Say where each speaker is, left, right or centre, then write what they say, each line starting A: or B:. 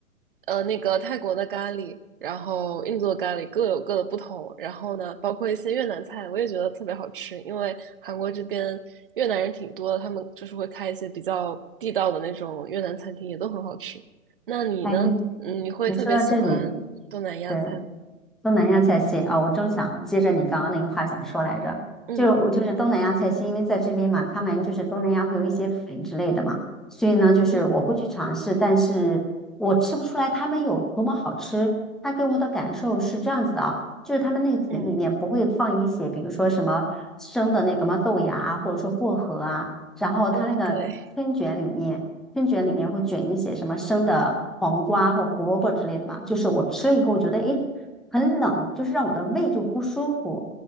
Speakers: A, on the right; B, in the centre.
A: 呃那个泰国的咖喱，然后印度的咖喱各有各的不同。然后呢，包括一些越南菜，我也觉得特别好吃，因为韩国这边越南人挺多的，他们就是会开一些比较地道的那种越南餐厅，也都很好吃。那你呢？
B: 哎，你
A: 嗯，你会特别喜欢东南亚菜吗？
B: 你说到这里，对。东南亚菜系啊，我正想接着你刚刚那个话想说来着，
A: 嗯
B: 就是我就是东南亚菜系，因为在这边嘛，他们就是东南亚会有一些粉之类的嘛，所以呢，就是我会去尝试，
A: 嗯。
B: 但是我吃不出来他们有多么好吃。它给我的感受是这样子啊，就是他们那个粉里面不会放一些，
A: 嗯，
B: 比如说什么生的那个嘛豆芽啊，或者说薄荷啊，然后它那个春卷里面，
A: 啊，对，
B: 春卷里面会卷一些什么生的黄瓜或胡萝卜之类的吧。就是我吃了以后，我觉得诶。很冷，就是让我的胃就不舒服